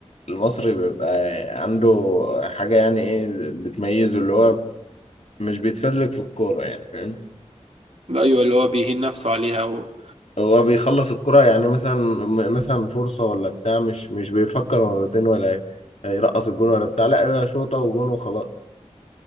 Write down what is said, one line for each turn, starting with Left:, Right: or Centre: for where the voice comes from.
Left: المصري بيبقى عنده حاجه يعني ايه بتميزه اللي هو مش بيتفزلك في الكوره يعني فاهم
Right: أيوة اللي هو بيهين نفسه عليها و...
Left: هو بيخلص الكرة يعني مثلا م- مثلا فرصة ولا بتاع مش مش بيفكر مرتين ولا ايه هيرقص الجون ولا بتاع لا هي شوطة وجون وخلاص